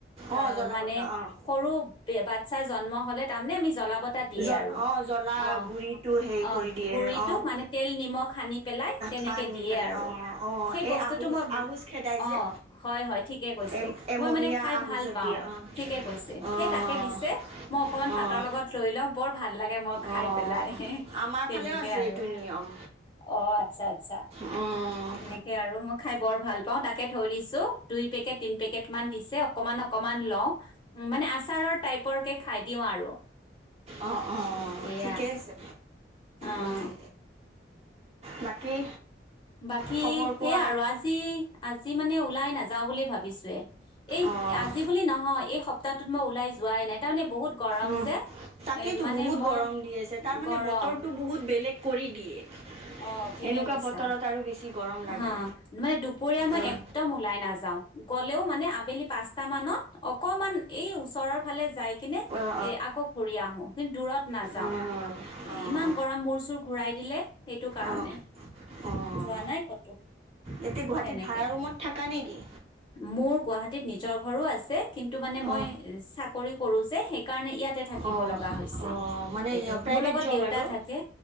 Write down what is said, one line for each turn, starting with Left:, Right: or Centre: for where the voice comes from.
Right: অ'
Left: অঁ
Right: জ্বলা
Left: মানে
Right: বটা অ'
Left: সৰু বে বাচ্ছাৰ জন্ম হ'লে তাৰমানে আমি জ্বলা বত তা দিয়ে
Right: জল
Left: আৰু
Right: অ' জ্বলা
Left: অ'
Right: গুৰিটো হেৰি
Left: অ'
Right: কৰি দিয়ে
Left: গুৰিটো
Right: অ'
Left: মানে তেল নিমখ সানি পেলাই তেনেকে
Right: সানি
Left: দিয়ে
Right: পেলাই
Left: আৰু
Right: অ' অ'
Left: সেই
Right: এই
Left: বস্তুটো
Right: আহোজ
Left: মই
Right: আহোজ খেদাই যে
Left: অ' হয় হয় ঠিকে কৈছে,
Right: এ এমহীয়া
Left: মই মানে খাই
Right: আহোজত
Left: ভাল পাওঁ।
Right: দিয়ে অ'
Left: ঠিকে কৈছে,
Right: অ'
Left: সেই তাকে দিছে মই অকমান
Right: অঁ
Left: ভাতৰ লগত লৈ লওঁ বৰ ভাল লাগে মই খাই
Right: অঁ
Left: পেলাই,
Right: আমাৰ
Left: তেনেকে
Right: ফালেও আছে
Left: আৰু
Right: এইটো নিয়ম
Left: অঁ আটচ্ছা আটচ্ছা।
Right: অঁ
Left: সেইয়াই আৰু মই খাই বৰ ভাল পাওঁ তাকে থৈ দিছো, দুই পেকেট তিন পেকেট মান দিছে অকমান অকমান লওঁ, মানে আচাৰৰ টাইপৰ কে খাই দিওঁ আৰু
Right: অঁ অঁ
Left: সেয়া
Right: ঠিকে আছে।
Left: অ',
Right: উম' বাকী
Left: বাকী
Right: খবৰ
Left: সেয়া
Right: কোৱা
Left: আৰু আজি আজি মানে ওলাই নাযাওঁ বুলি ভাবিছে এই
Right: অঁ
Left: আজি বুলি নহয়, এই সপ্তাহটোত মই ওলাই যোৱাই নাই, তাৰমানে বহুত গৰম
Right: অঁ
Left: যে।
Right: তাকেইেতো
Left: এ মানে
Right: বহুত
Left: মই
Right: গৰম দি আছে, তাৰ মানে
Left: গৰম
Right: বতৰটো বহুত বেলেগ কৰি দিয়ে। <inaudible>
Left: অঁ ঠিকে
Right: এনেকুৱা
Left: কৈছা,
Right: বতৰত আৰু বেছি গৰম লাগে
Left: হা মানে দুপৰীয়া মই
Right: অঁ
Left: একদম ওলাই নাযাওঁ। গ'লেও মানে আবেলি পাঁচটা মানত অকমান এই ওচৰৰ ফালে যাই কিনে
Right: অঁ
Left: এ আকৌ ঘূৰি আহো কিন্তু দূৰত নাযাওঁ।
Right: অঁ
Left: এ
Right: অঁ
Left: ইমান গৰম মূৰ চুৰ ঘূৰাই দিলে। টো কাৰণে
Right: অঁ অঁ
Left: যোৱা নাই ক'তো
Right: এতিয়া গুৱাহাটীত
Left: তেনেকে
Right: ভাড়া ৰুমত থাকা নেকি
Left: মোৰ গুৱাহাটীত নিজৰ ঘৰো আছে কিন্তু মানে মই
Right: অঁ
Left: চা কৰি কৰোঁ যে সেইকাৰণে ইয়াত তে থাকিব
Right: অঁ
Left: লগা হৈছে,
Right: অঁ মানে
Left: এইটো
Right: প্ৰাইভেট
Left: মোৰ লগত
Right: জব
Left: দেউতা
Right: আৰু
Left: থাকে,